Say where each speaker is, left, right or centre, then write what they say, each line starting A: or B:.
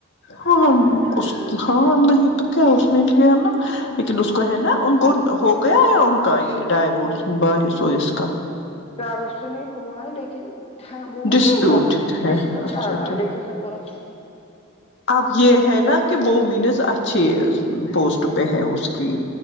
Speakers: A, on the left; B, on the left.
A: ہاں اس کی ہاں نہیں تو کیا اس نے لیا نا لیکن اس کو ہے نا ان کو ہو گیا یا ان کا یہ ڈائواس بھائی ہے سو اس کا
B: ڈائیوس تو نہیں ہوا ہے لیکن وہ مت
A: ڈسپیوٹ
B: دیتا ہے ڈسیک <unintelligible>
A: اچھا ٹھیک
B: پھر سب وہ رکھے
A: اب یہ ہے نا کہ وہ مینز اچھ چھے پوسٹ پہ ہے اس کی